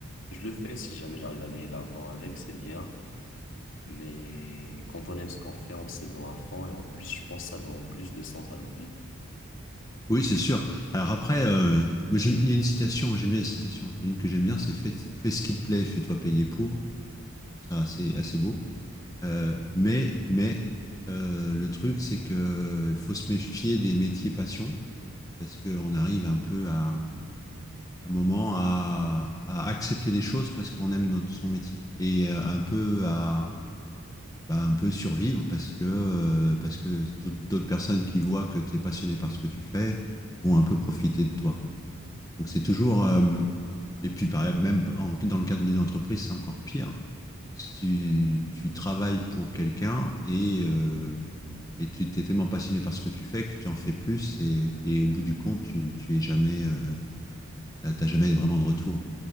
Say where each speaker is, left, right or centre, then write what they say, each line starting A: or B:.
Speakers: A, on the left; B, on the left.
A: je le fais si jamais j'arrive à gagner de l'argent avec, c'est bien. Mais quand on aime ce qu'on fait, on se donne à fond et en plus, je pense que ça donne plus de sens à nos vies.
B: Oui, c'est sûr. Alors après, euh, moi, j'aime- il y a une citation, moi, j'aime bien la citation. Il y a une que j'aime bien, c'est fais, fais ce qui te plaît, fais-toi payer pour. Ça, assez, assez beau. Euh, mais mais euh, le truc, c'est que euh, il faut se méfier des métiers passion parce qu'on arrive un peu à, un moment à, à accepter des choses parce qu'on aime notre, son métier et euh, un peu à, bah, un peu survivre parce que, euh, parce que d'autres d'autres personnes qui voient que tu es passionné par ce que tu fais vont un peu profiter de toi. Donc
A: Mm.
B: c'est toujours, euh, et puis pareil, même en- dans le cadre d'une entreprise, c'est encore pire. Parce que tu, tu travailles pour quelqu'un et, euh, et tu t'es tellement passionné par ce que tu fais que tu en fais plus et, et au bout du compte, tu, tu es jamais, euh, t'as t'as jamais vraiment de retour.